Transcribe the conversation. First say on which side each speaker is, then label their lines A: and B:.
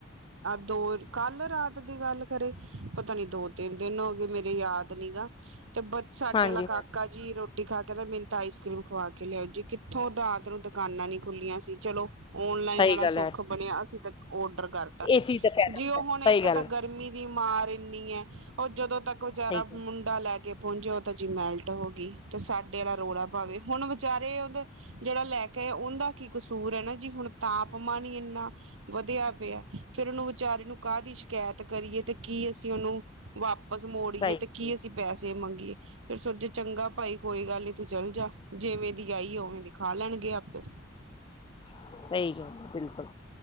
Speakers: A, on the right; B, on the left.
A: ਦੋ-ਕੱਲ ਰਾਤ ਦੀ ਗੱਲ ਕਰੇ, ਪਤਾ ਨੀ ਦੋ-ਤਿੰਨ ਦਿਨ ਹੋ ਗਏ ਮੇਰੇ ਯਾਦ ਨੀ ਗਾ, ਤੇ ਬ ਸਾਡੇ
B: ਹਾਂਜੀ
A: ਆਲਾ ਕਾਕਾ
B: ਹਾਂ,
A: ਜੀ ਰੋ ਰੋਟੀ ਖਾ ਕਹਿੰਦਾ ਮੈਨੂੰ ਤਾਂ ਆਈਸ ਕਰ੍ਰੀਮ ਖਵਾ ਕੇ ਲਿਆਓ ਜੀ ਕਿੱਥੋਂ ਰਾਤ ਨੂੰ ਦੁਕਾਨਾਂ ਨੀ ਖੁੱਲੀਆਂ ਸੀ ਚਲੋ। ਓਨਲਾਈਨ
B: ਸਹੀ
A: ਵਾਲਾ
B: ਗੱਲ
A: ਸੁੱਖ
B: ਹੈ
A: ਬਣਿਆ ਅਸੀਂ ਤੇ ਔਡਰ ਕਰਤਾ,
B: ਇਹ ਚੀਜ਼ ਦਾ ਫਾਇਦਾ
A: ਜੇ
B: ਹੁੰਦਾ
A: ਉਹ
B: ਹੈ,
A: ਹੁਣ ਇੱਕ
B: ਸਹੀ ਗੱਲ
A: ਤਾਂ ਗਰਮੀ ਦੀ ਮਾਰ ਇੰਨੀ ਹੈ, ਉਹ ਜਦੋਂ ਤੱਕ ਵਿਚਾਰਾ
B: ਸਹੀ ਗੱਲ
A: ਮੁੰਡਾ ਲੈ ਕੇ ਪਹੁੰਚੇ ਜੀ ਮਿਲਟ ਹੋ ਗਈ ਤੇ ਸਾਡੇ ਵਾਲਾ ਰੌਲਾ ਪਾਵੇ ਹੁਣ ਵਿਚਾਰੇ ਉਹਦਾ ਜਿਹੜਾ ਲੈ ਕੇ ਆ ਉਹਦਾ ਉਹਦਾ ਕੀ ਕਸੂਰ ਹੈ ਨਾ ਜੀ ਹੁਣ ਤਾਪਮਾਨ ਹੀ ਇੰਨਾ ਵਧਿਆ ਪਿਆ, ਫ਼ੇਰ ਉਹਨੂੰ ਵਿਚਾਰੇ ਨੂੰ ਕਾਹ ਦੀ ਸ਼ਿਕਾਇਤ ਕਰੀਏ ਤੇ ਕੀ ਅਸੀਂ ਉਹਨੂੰ ਵਾਪਸ ਮੋੜੀਏ
B: ਸਹੀ ਗੱਲ,
A: ਤੇ ਕੀ ਅਸੀਂ ਪੈਸੇ ਮੰਗੀਏ। ਫਿਰ ਸੋਚਿਆਂ ਚੰਗਾ ਭਾਈ ਕੋਈ ਗੱਲ ਨੀ ਤੂੰ ਚੱਲ ਜਾ, ਜਿਵੇਂ ਦੀ ਆਈ ਉਵੇਂ ਦੀ ਖਾ ਲੈਣਗੇ ਆਪੇ।
B: <inaudible> ਸਹੀ ਗੱਲ, ਬਿਲਕੁਲ